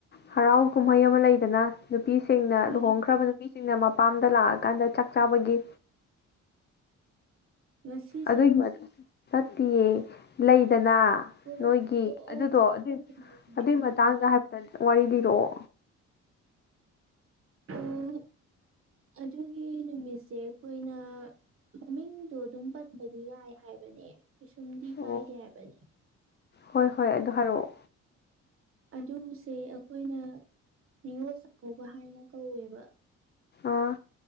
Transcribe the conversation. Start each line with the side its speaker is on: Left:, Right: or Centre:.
Left: ꯍꯔꯥꯎ ꯀꯨꯝꯍꯩ ꯑꯃ ꯂꯩꯗꯅ ꯅꯨꯄꯤꯁꯤꯡꯅ
Right: ꯎꯝ
Left: ꯂꯨꯍꯣꯡꯈ꯭ꯔꯕ ꯅꯨꯄꯤꯁꯤꯡꯅ ꯃꯄꯥꯝꯗ ꯂꯥꯛꯑꯀꯥꯟꯗ ꯆꯥꯛ ꯆꯥꯕꯒꯤ
Right: ꯉꯁꯤꯁꯦ
Left: ꯑꯗꯨꯒꯤ ꯃꯇꯨꯡ ꯆꯠꯇꯤꯌꯦ ꯂꯩꯗꯅ
Right: ꯑꯣ
Left: ꯅꯣꯏꯒꯤ
Right: ꯑꯣ
Left: ꯑꯗꯨꯗꯣ ꯑꯗꯨ
Right: ꯑꯣ
Left: ꯑꯗꯨꯏ ꯃꯇꯥꯡꯗ ꯍꯥꯏ ꯋꯥꯔꯤ ꯂꯤꯔꯛꯑꯣ
Right: ꯑꯣ ꯑꯗꯨꯒꯤ ꯅꯨꯃꯤꯠꯁꯦ ꯑꯩꯈꯣꯏꯅ ꯃꯃꯤꯡꯗꯣ ꯑꯗꯨꯝ ꯄꯟꯕꯗꯤ ꯌꯥꯏ ꯍꯥꯏꯕꯅꯦ ꯀꯩꯁꯨꯝꯗꯤ
Left: ꯑꯣ
Right: ꯀꯥꯏꯗꯦ ꯍꯥꯏꯕꯅꯦ
Left: ꯍꯣꯏ ꯍꯣꯏ ꯑꯗꯨ ꯍꯥꯏꯔꯛꯑꯣ
Right: ꯑꯗꯨꯁꯦ ꯑꯩꯈꯣꯏꯅ ꯅꯤꯉꯣꯜ ꯆꯥꯛꯀꯧꯕ ꯍꯥꯏꯅ ꯀꯧꯋꯦꯕ
Left: ꯑꯥ